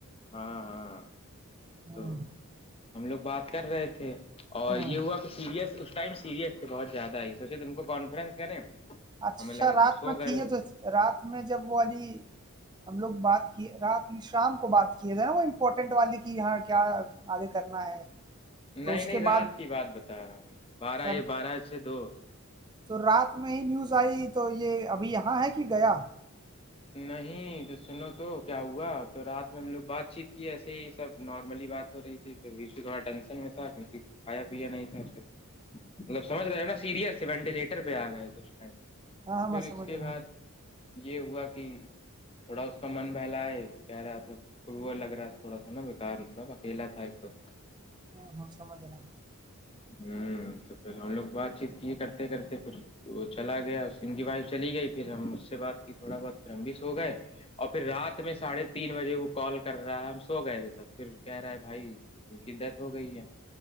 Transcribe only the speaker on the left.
ہاں ہاں
تو ہم لوگ بات کر رہے تھے اور
یہ ہوا سیریس اس ٹائم سیریس تھے بہت زیادہ آئی سوچے تم کو کانفرنس کریں
ہمیں لگا
تم سو
گئے
ہوگے
نہیں
نہیں
رات
کی بات بتا رہا ہوں میں بارہ
یا بارہ سے دو
نہیں تو سنو تو کیا ہوا تو رات میں ہم لوگ بات چیت کی ایسے ہی سب نارملی ہی بات ہو رہی تھی اس تھوڑا ٹینشن میں تھا کیک کچھ کھایا پیا نہیں تھا اسے مطلب سمج رہے ہیں نا سیریس تھ وینٹیلیٹر پہ آ گئے تھے اس ٹائم
پھر
اس کے
بعد
یہ ہوا کہ تھوڑا اس کا من بہلا ہے کہہ رہا تھا گ لگ رہا تھا تھوڑا سا نا ب کار ب کہیلا تھا آ ایکک تو
ہ تو پھر ہم لوگ بات چیت کیے کرتے کرتے پھر وہ چلا گیا گیا ان کی وائف چلی گئی پھر ہم اس سے بعد کی تھوڑا بہت پھر ہمب س ہو گئے اور پھر رات میں ساڑھے تین بجے وہ کال کر رہا ہے ہم سو گئے تھے تب پھر کہہ رہا ہے بھائی ان کی ڈیتھ ہو گئی ہے